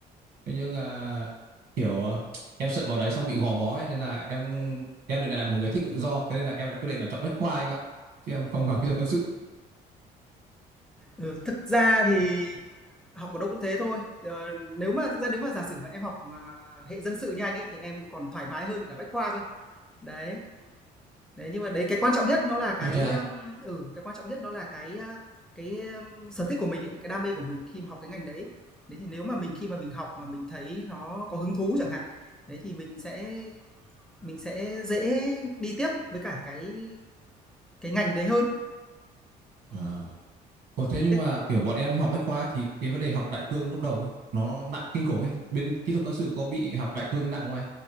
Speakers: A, on the right; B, in the centre.
A: Thế nhưng à, kiểu à, em sợ vào đấy xong bị gò bó ấy, nên là em em lại là một người thích tự do thế nên là em đã quyết định là chọn Bách Khoa anh ạ chứ em không vào <laughs> kỹ thuật quân sự
B: Ừ, thực ra thì học ở đâu cũng thế thôi. Ờ, nếu mà thực ra nếu mà giả sử mà em học, à, hệ dân sự như anh ấy thì em còn thoải mái hơn cả Bách khoa cơ. Đấy, Đấy, nhưng mà đấy cái quan trọng nhất nó là cái,
A: nó thế ai
B: um, ừ, cái quan trọng nhất nó là cái, uh, cái, um, sở thích của mình ấy, cái đam mê của mình khi mà học cái ngành đấy. Đấy, thì nếu mà mình khi mà mình học mà mình thấy nó có hứng thú chẳng hạn, đấy, thì mình sẽ mình sẽ dễ đi tiếp với cả cái cái ngành đấy hơn. Ừm,
A: Ờ. Ủa, thế nhưng
B: thế
A: mà kiểu bọn em học Bách Khoa ấy, thì cái vấn đề học đại cương lúc đầu ấy nó nặng kinh khủng ấy bên kỹ thuật quân sự có bị học đại cương nặng không anh